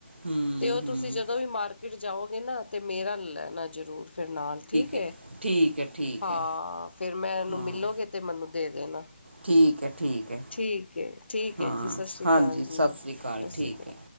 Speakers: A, on the right (about 80°); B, on the left (about 80°).
A: ਹੂੰ।
B: ਤੇ ਓ
A: ਹੂੰ
B: ਤੁਸੀ ਜਦੋਂ ਵੀ ਮਾਰਕੀਟ ਜਾਓਗੇ ਨਾ ਤੇ ਮੇਰਾ ਲੱਲਨਾ ਜਰੂਰ। ਫੇਰ ਨਾਲ ਠੀਕ ਏ?
A: ਹੈ ਠੀਕ ਹੈ ਠੀਕ
B: ਹਾਂ।
A: ਹੈ
B: ਫੇਰ ਮੈਂ ਏਨੂੰ
A: ਹਾਂ
B: ਮਿੱਲੋਗੇ ਤੇ ਮੈਨੂੰ ਦੇ ਦੇਨਾਂ।
A: ਠੀਕ ਹੈ ਠੀਕ ਹੈ
B: ਠੀਕ ਏ, ਠੀਕ
A: ਹਾਂ
B: ਏ ਜੀ। ਸਸ ਸ੍ਰੀ
A: ਹਾਂਜੀ
B: ਕਾਲ ਜੀ।
A: ਸਤਿ ਸ਼੍ਰੀ ਅਕਾਲ
B: ਸਸ
A: ਠੀਕ
B: ਸ੍ਰੀ ਕਾਲ।
A: ਹੈ